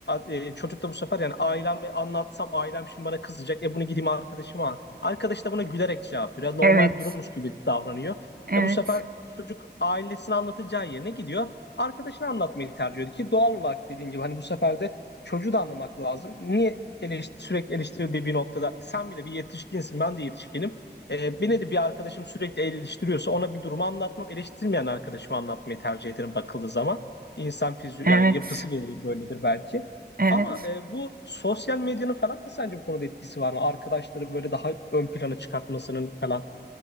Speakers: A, on the left (about 70°); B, on the right (about 55°).
A: e, çocuk da bu sefer yani ailemi anlatsam ailem şimdi bana kızacak. E bunu gideyim arkadaşıma al. Arkadaş da buna gülerek cevap veriyor. Normal
B: evet,
A: bir durummuş gibi davranıyor.
B: evet,
A: E bu sefer çocuk ailesini anlatacağı yerine gidiyor. Arkadaşını anlatmayı tercih ediyor ki doğal olarak dediğin gibi hani bu sefer de çocuğu da anlamak lazım. Niye eleşt- sürekli eleştirildiği bir noktada sen bile bir yetişkinsin ben de yetişkinim. Ee, beni de bir arkadaşım sürekli eleştiriyorsa ona bir durumu anlatmam eleştirmeyen arkadaşıma anlatmayı tercih ederim bakıldığı zaman. İnsan fizyoloji
B: evet,
A: yani yapısı gereği böyledir belki.
B: evet.
A: Ama e, bu sosyal medyanın falan sence bu konuda etkisi var mı? Arkadaşları böyle daha ön plana çıkartmasının falan.